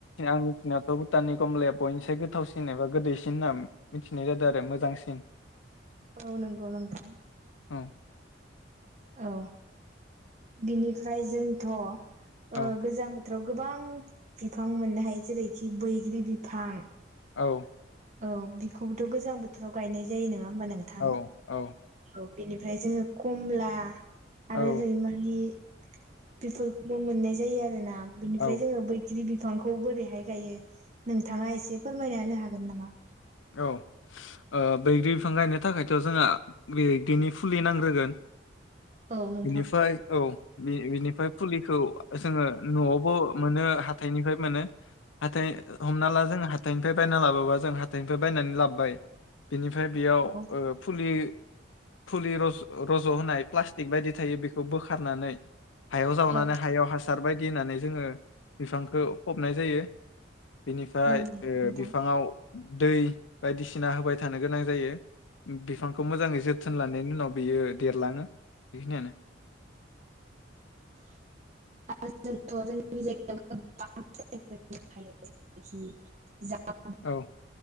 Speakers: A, on the left; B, on the right.
A: आंनि नाथ' भुटाननि कमलाया बयनिस गोथावसिन एबा गोदैसिन होनना मिथिनाय जादों आरो मोजांसिन।
B: औ नंगौ नंगौ।
A: <unintelligible>
B: औ बिनिफ्राय जोंथ' ओ
A: औ
B: गोजां बोथोराव गोबां बिफां मोननो हायो जेरैखि बैग्रि बिफां
A: औ
B: औ बिखौबोथ' गोजां बोथोराव गायनाय जायो नङा। होमबा नोंथां
A: औ औ
B: औ बिनिफ्राय जोङो कमला। आरो
A: औ
B: रैमारि बेफोरखौबो मोननाय जायो जायो आरो ना। बिनिफ्राय
A: औ
B: जोङो बैग्रि बिफांखौ बोरैहाय गायो नोंथाङा एसे फोरमायना होनो हागोन नामा?
A: औ ओ बैग्रि बिफां गायनो थाखायथ' जोंहा बैग्रिनि फुलि नांग्रोगोन
B: औ नोंथां
A: बिनिफ्राय औ बिनिफ्राय फुलिखौ जोङो न'आवबो मोनो हाथाइनिफ्राय मोनो। हाथाय हमना ला जों हाथायनिफ्राय बायना लाबोबा जों हा हाथायनिफ्राय बायनानै लाबोबाय बिनिफ्राय बेयाव
B: औ
A: फुलि फुलि रज रज' होनाय प्लास्टिक बायदि थायो बेखौ बोखारनानै हायाव जावनानै
B: औ
A: हायाव हासार बायदि होननानै जोङो बिफांखौ फबनाय जायो। बिनिफ्राय
B: नंगौ
A: ओ
B: नोंथां
A: बिफाङाव दै बायदिसिना होबाय थानो गोनां जायो बिफांखौ मोजाङै जोथोन लानायनि उनाव बियो देरलाङो बेखिनियानो।
B: <unintelligible>
A: औ